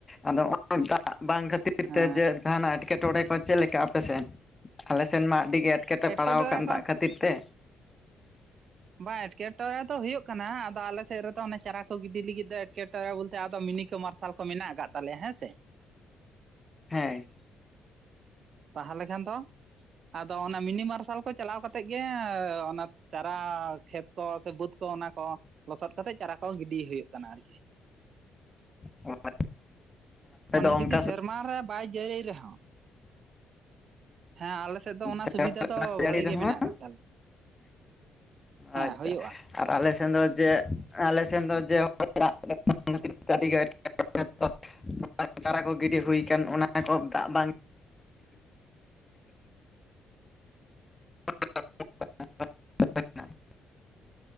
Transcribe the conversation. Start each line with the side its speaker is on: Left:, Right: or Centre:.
Left: ᱟᱫᱚ ᱦᱚᱸᱜᱼᱚᱭ ᱫᱟᱜ ᱵᱟᱝ ᱠᱷᱟᱹᱛᱤᱨ ᱠᱷᱟᱹᱛᱤᱨ
Right: ᱦᱮᱸ
Left: ᱛᱮ ᱡᱮ ᱡᱟᱦᱟᱱᱟᱜ ᱮᱴᱠᱮᱴᱚᱬᱮ ᱠᱚ ᱪᱮᱫ ᱞᱮᱠᱟ ᱟᱯᱮᱥᱮᱫ, ᱟᱞᱮ ᱥᱮᱱ ᱢᱟ ᱟᱹᱰᱤ ᱜᱮ, ᱮᱴᱠᱮᱴᱮ
Right: ᱮᱴᱠᱮᱴᱚᱬᱮ
Left: ᱯᱟᱲᱟᱣ ᱟᱠᱟᱱ
Right: ᱠᱚ
Left: ᱫᱟᱜ ᱠᱷᱟᱹᱛᱤᱨ ᱛᱮ᱾
Right: ᱵᱟᱝ ᱮᱴᱠᱮᱴᱚᱬᱮ ᱫᱚ ᱦᱩᱭᱩᱜ ᱠᱟᱱᱟ, ᱟᱫᱚ ᱟᱞᱮᱥᱮᱫ ᱨᱮᱫᱚ ᱚᱱᱮ ᱪᱟᱨᱟ ᱠᱚ ᱜᱤᱰᱤ ᱞᱟᱹᱜᱤᱫ ᱫᱚ ᱮᱴᱠᱮᱴ ᱴᱚᱬᱮ ᱵᱚᱞᱛᱮ ᱟᱫᱚ ᱢᱤᱱᱤ ᱠᱚ ᱢᱟᱨᱥᱟᱞ ᱠᱚ ᱢᱮᱱᱟᱜ ᱟᱠᱟᱫ ᱛᱟᱞᱮᱭᱟ ᱦᱮᱸ ᱥᱮ᱾
Left: ᱦᱮᱸ,
Right: ᱛᱟᱦᱚᱞᱮ ᱠᱷᱟᱱ ᱫᱚ ᱟᱫᱚ ᱚᱱᱟ ᱢᱤᱱᱤ ᱢᱟᱨᱥᱟᱞ ᱠᱚ ᱪᱟᱞᱟᱣ ᱠᱟᱛᱮᱫ ᱜᱮ ᱚᱱᱟ, ᱪᱟᱨᱟ ᱠᱷᱮᱛ ᱠᱚ, ᱥᱮ ᱵᱟᱹᱫᱽ ᱠᱚ ᱚᱱᱟ ᱠᱚ ᱞᱚᱥᱚᱫ ᱠᱟᱛᱮᱜ ᱪᱟᱨᱟ ᱠᱚ ᱜᱤᱰᱤ ᱦᱩᱭᱩᱜ ᱠᱟᱱᱟ ᱟᱨᱠᱤ᱾
Left: ᱟᱯᱮ
Right: ᱢᱟᱱᱮ
Left: ᱫᱚ ᱚᱱᱠᱟ
Right: ᱡᱩᱫᱤ ᱥᱮᱨᱢᱟ ᱨᱮ ᱵᱟᱭ ᱡᱟᱹᱲᱤ ᱨᱮᱦᱚᱸ, ᱦᱮᱸ ᱟᱞᱮ ᱥᱮᱫ
Left: ᱥᱮᱨᱢᱟ
Right: ᱫᱚ ᱚᱱᱟ ᱥᱩᱵᱤᱫᱷᱟ ᱫᱚ ᱵᱷᱟᱞᱤ
Left: ᱡᱟᱹᱲᱤ ᱨᱮᱦᱚᱸ
Right: ᱜᱮ ᱢᱮᱱᱟᱜ ᱠᱟᱫ ᱛᱟᱞᱮᱭᱟ,
Left: ᱟᱪᱪᱷᱟ
Right: ᱦᱮᱸ ᱦᱩᱭᱩᱜᱼᱟ᱾
Left: ᱟᱨ ᱟᱞᱮ ᱥᱮᱱ ᱫᱚ ᱡᱮ, ᱟᱞᱮ ᱥᱮᱱ ᱫᱚ ᱡᱮ, ᱮᱴᱠᱮ, <unintelligible> ᱪᱟᱨᱟ ᱠᱚ ᱜᱤᱰᱤ ᱦᱩᱭ ᱠᱟᱱ ᱚᱱᱟ ᱠᱚ ᱫᱟᱜ ᱵᱟᱝ <unintelligible>